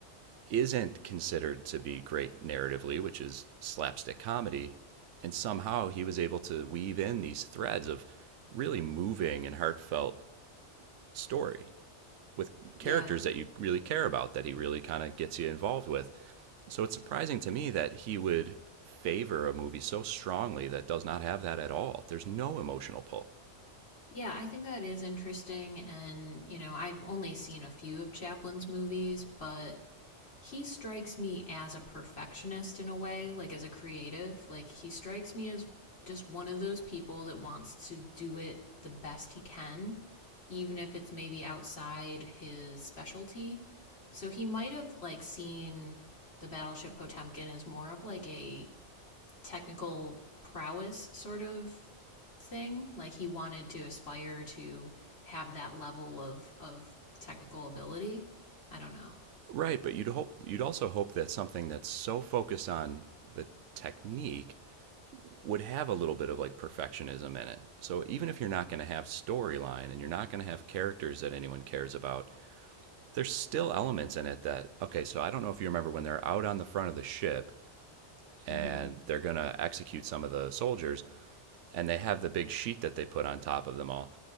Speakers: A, on the right; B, on the left.
A: isn't considered to be great narratively, which is slapstick comedy. And somehow he was able to weave in these threads of really moving and heartfelt story with characters
B: Yeah.
A: that you really care about, that he really kind of gets you involved with. So it's surprising to me that he would favor a movie so strongly that does not have that at all. There's no emotional pull.
B: Yeah, I think that is interesting and, you know, I've only seen a few of Chaplin's movies, but he strikes me as a perfectionist in a way, like as a creative. Like he strikes me as just one of those people that wants to do it the best he can, even if it's maybe outside his specialty. So he might have like seen the battleship Potemkin as more of like a technical prowess sort of thing. Like he wanted to aspire to have that level of of technical ability. I don't know.
A: Right, but you'd hope you'd also hope that something that's so focused on the technique would have a little bit of like perfectionism in it. So even if you're not going to have storyline and you're not going to have characters that anyone cares about, there's still elements in it that okay, so I don't know if you remember when they're out on the front of the ship and
B: Mhm.
A: they're going to execute some of the soldiers and they have the big sheet that they put on top of them all.